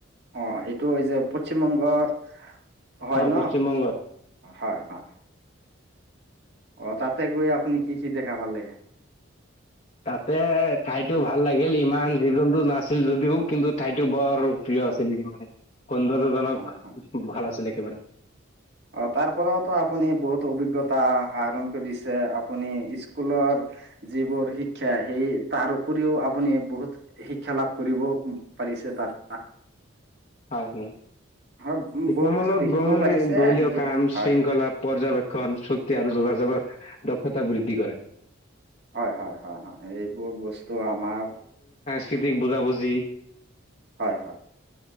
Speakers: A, on the right (about 55°); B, on the left (about 35°).
A: অ, এইটো যে পশ্চিমবংগৰ হয়
B: অ
A: ন
B: পশ্চিম বংগত
A: হয় - হয়। অ, তাতে গৈ আপুনি কি - কি দেখা পালে।
B: তাতে ঠাইটো ভাল লাগিল ইমান জীৱ জন্তু নাছিল যদিও কিন্তু ঠাইটো বৰ প্ৰিয়। আছিলে বন্ধু দুজনো
A: হয় হয়
B: ভাল আছিল একেবাৰে
A: অ, তাৰ পৰাওতো আপুনি বহুত অভিজ্ঞতা আহৰণ কৰিছে আপুনি স্কুলৰ যিবোৰ শিক্ষা সেই তাৰ উপৰিও আপুনি বহুত শিক্ষা লাভ কৰিব প পিছে তাৰ
B: হয়- হয়।
A: হয়।
B: শিক্ষা
A: বহুত
B: মূলক
A: কিছু দেখিবও
B: ভ্ৰমণে
A: পাৰিছে
B: দলীয়
A: শিকি
B: কাম
A: হয়
B: শৃংখলা পৰ্যবেক্ষণ চুক্তি আৰু যোগাযোগত দক্ষতা বৃদ্ধি কৰে।
A: হয়- হয়- হয় -হয় এইবোৰ বস্তু আমাৰ
B: টিকৰীত বুজাবুজি।
A: হয় - হয়।